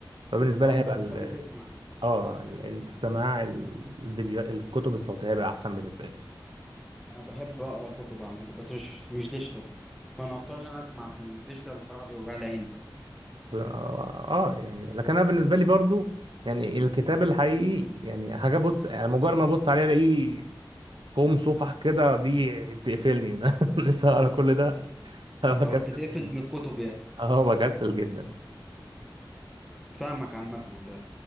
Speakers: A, on the right; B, in the centre.
A: فبالنسبة
B: اه
A: لي هيبقى
B: فانت
A: ال-
B: بتحب تسمع
A: اه ال- السماع ال- الفيديو الكتب الصوتية هيبقى أحسن بالنسبة لي
B: انا بحب اقرا كتب عامة بس مش مش ديجيتال فانا هختار ان انا اسمع عشان الديجيتال صراحة بيوجع لي عيني
A: ب- اه آه، آه، يعني لكن أنا بالنسبة لي برضو يعني الكتاب الحقيقي يعني هاجي أبص يعني مجرد ما أبص عليه ألاقيه كوم صفح كده دي بتقفلني <laughs> لسه هقرا كل ده <laughs> بكسل
B: اه بتتقفل
A: جدا
B: من الكتب يعني
A: اه بكسل جدا
B: فاهمك عامة ب-